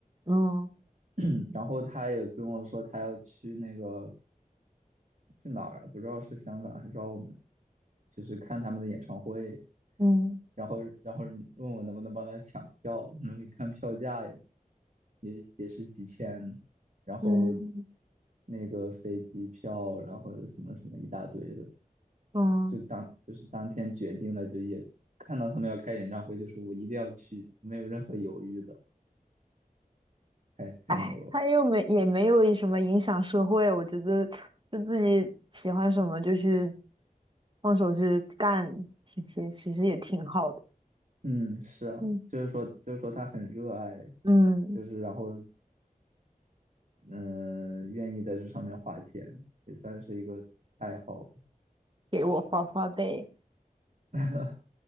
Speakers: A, on the right; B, on the right.
A: 嗯
B: <clears throat> 然后他有一次跟我说他要去那个去哪儿啊？不知道是香港还是澳门，就是看他们的演唱会，
A: 嗯
B: 然后然后问我能不能帮他抢票，然后一看票价也也也是几千，然后
A: 嗯
B: 那个飞机票，然后什么什么一大堆的，
A: 嗯，
B: 就当就是当天决定了，就也看到他们要开演唱会，就是我一定要去，没有任何犹豫的，太太牛了。
A: 哎，他又没也没有什么影响社会，我觉得就自己喜欢什么就去放手去干，其实其实也挺好的。
B: 嗯，是啊，
A: 嗯
B: 就是说就是说他很热爱，
A: 嗯。
B: 就是然后嗯、愿意在这上面花钱，也算是一个爱好。
A: 给我花花呗。
B: <laughs>